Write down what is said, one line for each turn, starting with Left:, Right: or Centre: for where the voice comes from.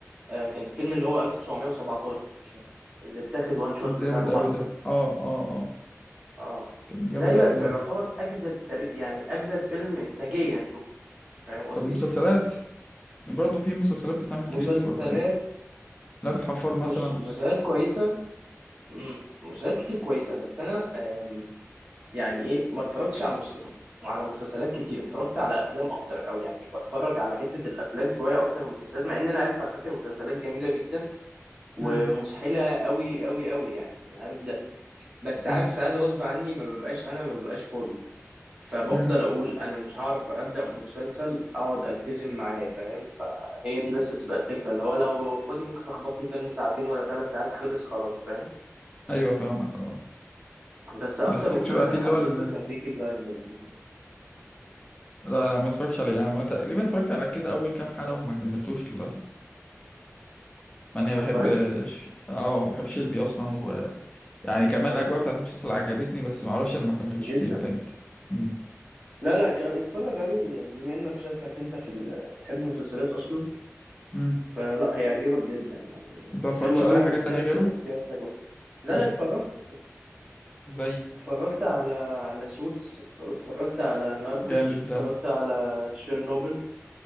Right: آه كان فيلم اللي هو 1917 اللي اتاخد وان شوت
Left: جامد
Right: بتاع الحرب
Left: قوي ده
Right: ده
Left: اه اه اه
Right: اه
Left: كان جامد
Right: ده يعت-
Left: قوي ده
Right: يعتبر اجدد تاريخ يعني اجدد فيلم انتاجيا شفته فاهم قصدي
Left: طب مسلسلات برضه في مسلسلات بتعمل
Right: مسلسلات
Left: جديد بتبقى كويسة لعبة الحفار
Right: بص
Left: مثلا
Right: مسلسلات كويسه امم مسلسلات كتير كويسه بس انا آم، يعني ايه ما اتفرجتش على مس... على مسلسلات كتير اتفرجت على افلام اكتر او يعني بتفرج على حته الافلام شويه اكتر من المسلسلات مع ان انا عارف على فكره المسلسلات جميله جدا ومسحله
Left: مم.
Right: قوي قوي قوي يعني انا عارف ده بس عارف
Left: مم.
Right: ساعات غصب عني ما ببقاش انا ما ببقاش فاضي فبفضل
Left: مم.
Right: اقول انا مش هعرف ابدا مسلسل اقعد التزم معاه فاهم فهي دي بس بتبقى الفكره اللي هو لو ببقى فاضي ممكن اخبط لي فيلم ساعتين ولا ثلاث ساعات خلص خلاص فاهم
Left: ايوه فاهمك اه
Right: بس اكتر
Left: بس في
Right: مسلسل
Left: بتبقى في
Right: حبيته
Left: اللي هو ال-
Right: كان بيكي بلايندرز يعني
Left: لا انا ما اتفرجتش عليه يعني ما تقريبا اتفرجت على كده اول كام حلقة وما كملتوش للاسف مع اني بحب
Right: والله
Left: ش- اه بحب شيلبي اصلا و... يعني كمان الاجواء بتاعت المسلسل عجبتني بس ما اعرفش انا ما كملتش
Right: جدا
Left: ليه بجد مم.
Right: لا لا كان اتفرج عليه يعني بما انك شكلك انت في ال... بتحب المسلسلات اصلا
Left: مم.
Right: فلا هيعجبك جدا يعني
Left: انت ما
Right: حلو
Left: اتفرجتش
Right: قوي
Left: على اي
Right: وكتابة
Left: حاجة تانية غيره
Right: الشخصيات حلوة لا
Left: مم.
Right: لا اتفرجت
Left: زي
Right: اتفرجت على على سوتس واتفرجت على ناركوس
Left: جامد
Right: واتفرجت
Left: ده
Right: على شيرنوبل